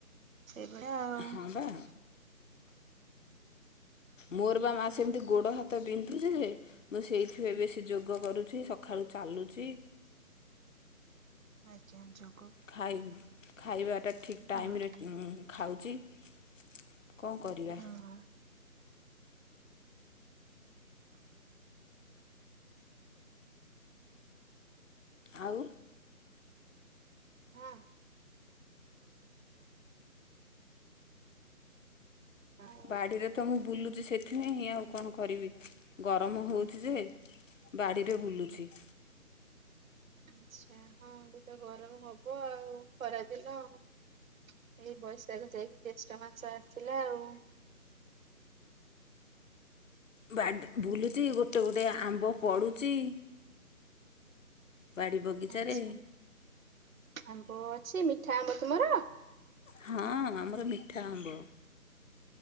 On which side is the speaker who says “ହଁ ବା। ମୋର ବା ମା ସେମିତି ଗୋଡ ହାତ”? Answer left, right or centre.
Left